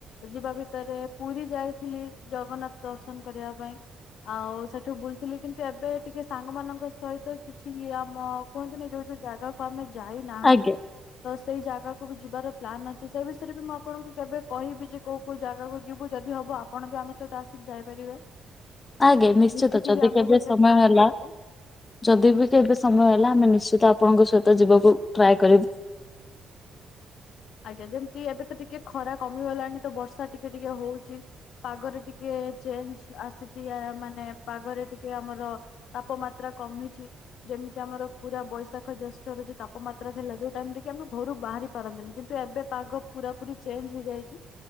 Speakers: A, on the left; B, on the left.
A: ଯିବା ଭିତରେ ପୁରୀ ଯାଇଥ ଥିଲି। ଜଗନ୍ନାଥ ଦର୍ଶନ କରିବା ପାଇଁ। ଆଉ ସେଠୁ ବୁଲଥିଲି। କିନ୍ତୁ ଏବେ ଟିକେ ସାଙ୍ଗ ମାନଙ୍କ ସହିତ କିଛି ଇଏ ଆମ କୁହନ୍ତୁନି। ଯୋଉ ଯୋଉ ଜାଗାକୁ ଆମେ ଯାଇନାହାନ୍ତି
B: ଆଜ୍ଞା
A: ତ ସେଇ ଜାଗାକୁ କୁ ବି ଯିବାର ପ୍ଲାନ୍ ଅଛି। ସେ ବିଷୟରେ ବି ମୁଁ ଆପଣଙ୍କୁ କେବେ କହିବି ଯେ କୋଉ କୋଉ ଜାଗାକୁ ଯିବୁ ଯଦି ହବ ଆପ ପଣ ବି ଆମେ ସହିତ ଆସିକି ଯାଇପାରିବେ।
B: ଆଜ୍ଞା ନିଶ୍ଚିତ
A: ମିଶିକି
B: ଯଦି
A: ବି ଆମେ
B: କେବେ
A: ଗୋଟେ
B: ସମୟ
A: ପ୍ଲାନ୍
B: ହେଲା
A: କରିବା
B: ଯଦି ବି କେବେ ସମୟ ହେଲା ଆମେ ନିଶ୍ଚିତ ଆପଣଙ୍କ ସହିତ ଯିବାକୁ ଟ୍ରାଏ କରିବୁ।
A: ଆଜ୍ଞା। ଯେମିତି ଏବେ ତ ଟିକେ ଖରା କମିଗଲାଣି ତ ବର୍ଷା ଟିକେ ଟିକେ ହଉଛି। ପାଗରେ ଟିକେ ଚେଞ୍ଜ ଆସିଛି ଆ ମାନେ ପାଗରେ ଟିକେ ଆମର ତାପମାତ୍ରା କମିଛି। ଯେମିତି ଆମର ପୁରା ବୈଶାଖ ଜେଷ୍ଠର ଯୋଉ ତାପମାତ୍ରା ଥିଲା ଯୋଉ ଟାଇମ୍ ରେ କି ଆମେ ଘରୁ ବାହାରି ପାରନ୍ତିନି। କିନ୍ତୁ ଏବେ ପାଗ ପୁରା ପୁରି ଚେଞ୍ଜ ହେଇଯାଇଛି।